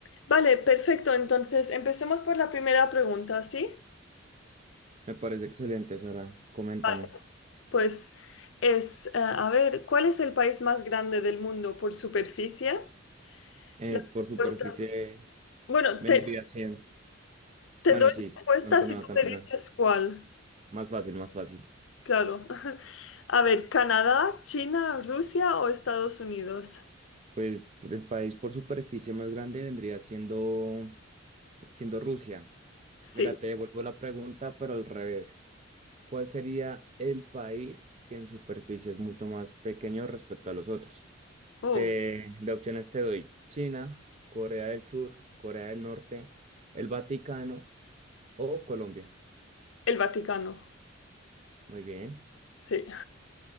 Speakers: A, on the left (about 70°); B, on the right (about 35°).
A: Vale, perfecto. Entonces, empecemos por la primera pregunta, ¿sí?
B: Me parece excelente, Sara. Coméntame.
A: Vale. Pues es, eh, a ver, ¿cuál es el país más grande del mundo por superficie?
B: Eh,
A: Las
B: por
A: respuestas.
B: superficie
A: Bueno,
B: vendría
A: te,
B: cien
A: te
B: Bueno,
A: doy
B: sí,
A: respuestas
B: continúa,
A: y tú
B: continúa.
A: me dices cuál.
B: Más fácil, más fácil.
A: Claro. <laughs> A ver, ¿Canadá, China, Rusia o Estados Unidos?
B: Pues el país por superficie más grande vendría siendo, siendo Rusia.
A: Sí.
B: Mira, te devuelvo la pregunta, pero al revés. ¿Cuál sería el país que en superficie es mucho más pequeño respecto a los otros?
A: Oh,
B: Te, de opciones te doy China, Corea del Sur, Corea del Norte, el Vaticano o Colombia.
A: el Vaticano.
B: Muy bien.
A: Sí.